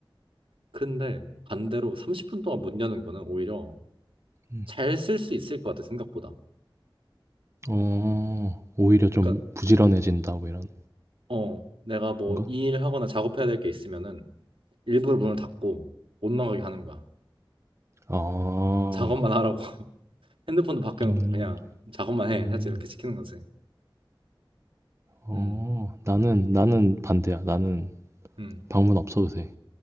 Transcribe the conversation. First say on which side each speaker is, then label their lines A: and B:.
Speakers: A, on the right; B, on the right.
A: 근데 반대로 30분 동안 못 여는 거는 오히려
B: 음.
A: 잘 쓸 수 있을 것 같아, 생각보다.
B: 어. 오히려 좀
A: 그러니까
B: 부지런해진다 뭐 이런
A: 어, 내가 뭐
B: 건가?
A: 일 하거나 작업해야 될 게 있으면은 일부러 문을 닫고 못 나가게 하는 거야.
B: 아.
A: 어, 작업만 하라고. <laughs> 핸드폰도 밖에 놓고
B: 음.
A: 그냥 작업만 해.
B: 음.
A: 사실 이렇게 시키는 거지.
B: 어.
A: 음,
B: 나는 나는 반대야. 나는
A: 음.
B: 방문 없어도 돼.